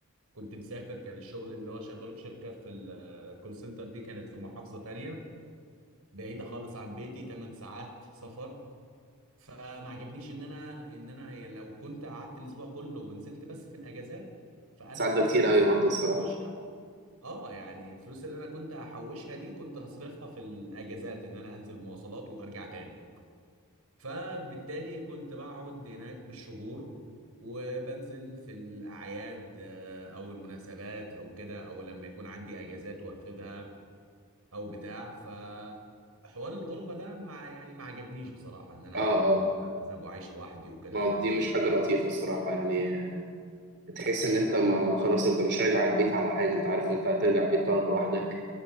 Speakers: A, on the right; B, on the right.
A: كنت مسافر كان الشغل اللي هو شغاله في شركة في الكول سنتر دي كانت في محافظة تانية بعيدة اه خالص عن بيتي 8 ساعات سفر فما عجبنيش ان انا ان انا هي- لو كنت قعدت الاسبوع كله ونزلت بس في الاجازات فانا
B: تساعد
A: فلوسي
B: ده كتير
A: اللي
B: قوي
A: انا
B: برضه
A: كنت
B: الصراحه
A: محوشها اه يعني الفلوس اللي انا كنت هحوشها دي كنت هصرفها في الاجازات ان انا انزل مواصلات وارجع تاني فبالتالي كنت بقعد هناك بالشهور وبنزل في الاعياد آه، او المناسبات او كده او لما يكون عندي اجازات واخدها او بتاع ف حوار الغربه ده ما يعني ما عجبنيش بصراحه ان انا
B: اه اه
A: كنت احزب وعايش لوحدي وكده
B: ما
A: فاهم
B: دي مش حاجه لطيفه الصراحه يعني تحس ان انت ما ما خلاص انت مش راجع البيت على حاجه انت عارف ان انت هترجع البيت تقعد لوحدك